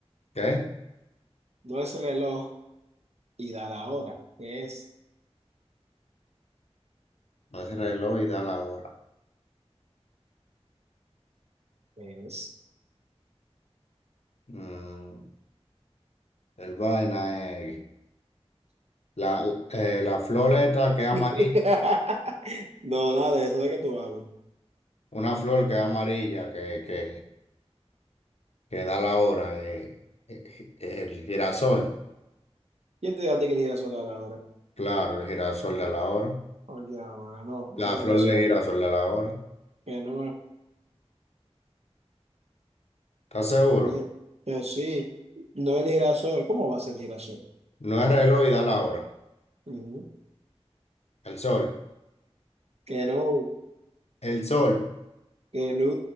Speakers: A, on the left (about 75°); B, on the right (about 70°).
A: ¿Qué?
B: No es reloj y dar ahora. que es?
A: No es el reloj y da la hora.
B: que es?
A: Mm, el vaina es la, eh, la flor esta que es amarilla.
B: <laughs> No, nada de eso de que tú hablas.
A: Una flor que es amarilla, que, que, que da la hora. eh, eh, eh, el girasol.
B: ¿Quién te dijo a ti que el girasol da la hora?
A: Claro, el girasol de la hora.
B: Oye, ahora no, no
A: La
B: el girasol.
A: flor de girasol de la hora.
B: Que no, no
A: ¿Estás seguro?
B: no el- que sí, no el girasol. ¿Cómo va a ser el girasol?
A: No es reloj y da la hora.
B: Ujú.
A: El sol.
B: Que no,
A: El sol,
B: que no,